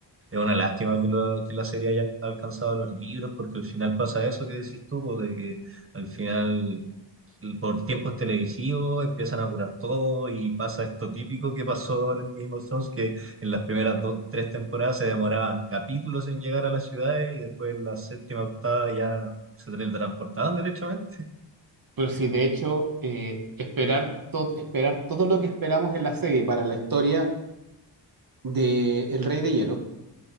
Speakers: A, on the right; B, on the right.
A: Es una lástima que, lo- que la serie haya alcanzado los libros, porque al final pasa eso que decís tú, pues, de que al final, por tiempos televisivos, empiezan a apurar todo y pasa esto típico que pasó ahora en Game of Thrones, que en las primeras dos, tres temporadas se demoraban capítulos en llegar a las ciudades y después en la séptima, octava ya se teletransportaban derechamente.
B: Pero sí, de hecho, eh, esperar, to- esperar todo lo que esperamos en la serie para la historia de El Rey de Hielo